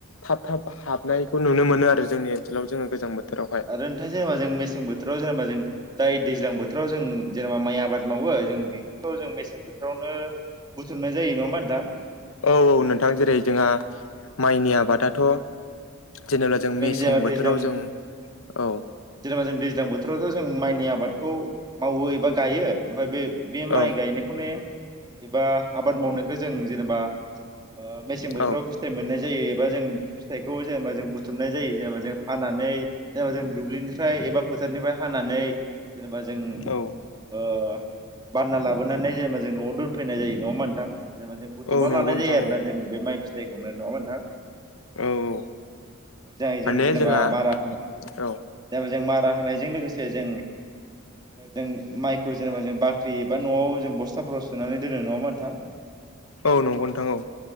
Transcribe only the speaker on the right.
आरोन्थाय जायाबा जों मेसें बोथोराव जायाबा जों जाय दैज्लां बोथोराव जों जेनेबा माइ आबाद मावो जों बेखौथ' जों मेसें बोथोरावनो बुथुमनाय जायो। नङा होमबा नोंथां?
जेनेबा
दैज्लां
जेनेबा जों दैज्लां बोथोरावथ' जों माइनि आबादखौ मावो एबा गायो। ओमफ्राय बे बे
माइ गायनायखौनो एबा आबाद मावनाय खौ जों जेनेबा ओ मेसें बोथोराव
फिथाइ मोननाय जायो एबा जों फिथाइखौ जेनेबा जों बुथुमनाय जायो जेनेबा जों हानानै जेनेबा जों दुब्लि निफ्राय एबा फोथारनिफ्राय हानानै जेनेबा जों
ओ बानना लाबोनानै जेनेबा जों न'आव दोनफैनाय जायो नङा होमबा नोंथां? जेनेबा जों बुथुमना
लानाय
जायो आरोना
जों बे माइ फिथाइखौनो। नङा होमबा नोंथां?
<inaudible> जाहैजों
जेनेबा
माराखौ
जों मारा होनायजों लोगोसे जों जों माइखौ जेनेबा जों बाख बाख्रि एबा न'आव जों बस्थाफोराव सोनानै दोनो नङा होमबा नोंथां?